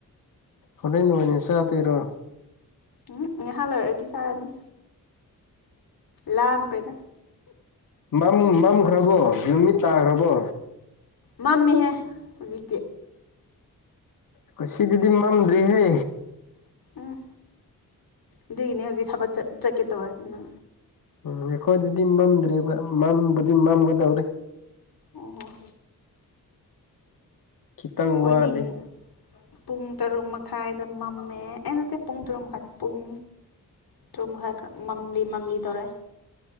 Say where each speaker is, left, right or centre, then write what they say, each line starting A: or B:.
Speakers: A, on the left; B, on the left.
A: ꯍꯣꯔꯦꯟ ꯅꯣꯏꯅꯤ ꯆꯥꯗꯣꯏꯔꯣ
B: ꯎꯝ ꯉꯥꯏꯍꯥꯛ ꯂꯩꯔꯗꯤ ꯆꯥꯔꯅꯤ ꯂꯥꯝꯈ꯭ꯔꯦꯗ
A: ꯃꯝꯗꯤ ꯃꯝꯈ꯭ꯔꯕꯣ ꯅꯨꯃꯤꯠ ꯇꯥꯈ꯭ꯔꯕꯣ
B: ꯃꯝꯃꯦ ꯍꯦ ꯍꯧꯖꯤꯛꯇꯤ
A: ꯈꯣꯢ ꯁꯤꯗꯗꯤ ꯃꯝꯗ꯭ꯔꯤ ꯍꯦ
B: ꯎꯝ ꯑꯗꯨꯒꯤꯅꯦ ꯍꯧꯖꯤꯛ ꯊꯥꯕꯛ ꯆꯠ ꯆꯠꯀꯦ ꯇꯧꯋꯦꯗꯅ
A: ꯎꯝ ꯑꯩꯈꯣꯏꯗꯗꯤ ꯃꯝꯗ꯭ꯔꯤꯕ ꯃꯝꯕꯨꯗꯤ ꯃꯝꯒꯗꯧꯔꯦ
B: ꯑꯣ
A: ꯈꯤꯇꯪ
B: ꯑꯈꯣꯏꯗꯤꯡ
A: ꯋꯥꯠꯂꯤ
B: ꯄꯨꯡ ꯇꯔꯨꯛ ꯃꯈꯥꯏꯗ ꯃꯝꯃꯦ ꯑꯦ ꯅꯠꯇꯦ ꯄꯨꯡ ꯇꯔꯨꯛ ꯃꯈꯥꯏ ꯄꯨꯡ ꯇꯔꯨꯛꯃꯈꯥꯢ ꯀꯥ ꯃꯝꯂꯤ ꯃꯝꯂꯤ ꯇꯧꯔꯦ